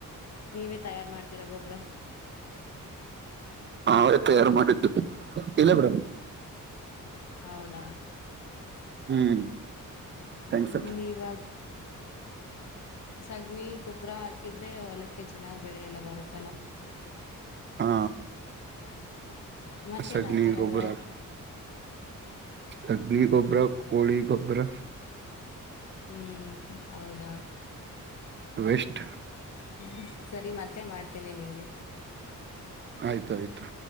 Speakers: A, on the left (about 55°); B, on the right (about 35°).
A: ನೀವೇ ತಯಾರು ಮಾಡ್ತೀರಾ ಗೊಬ್ಬ್ರ
B: ನಾವೆ ತಯಾರು ಮಾಡಿದ್ದು ಇಲ್ಲ ಬಿಡ
A: ಹೌದಾ
B: ಹ್ಮ್
A: ಹ್ಮ್
B: ಥ್ಯಾಂಕ್ಸ್
A: ಇಲ್ಲಿ ಈವಾಗ ಸಗಣಿ ಗೊಬ್ಬರ ಹಾಕಿದ್ರೆ ಹೊಲಕ್ಕೆ ಚೆನ್ನಾಗ್ ಬೆಳೆ ಎಲ್ಲ ಬರತ್ತಲ್ಲಾ
B: ಹಾ
A: ಮತ್ತೇನ್
B: ಸಗಣಿ
A: ಹಾಕ್ತೀರಾ
B: ಗೊಬ್ಬರ
A: ನೀವು
B: ಸಗಣಿ ಗೊಬ್ಬರ ಕೋಳಿ ಗೊಬ್ಬರ
A: ಹ್ಮ್ ಹೌದಾ
B: ವೇಸ್ಟ್
A: ಹ್ಮ ಸರಿ ಮತ್ತೆ ಮಾಡ್ತೇನೀ ನಿಮಗೆ
B: ಆಯ್ತಾಯಯ್ತು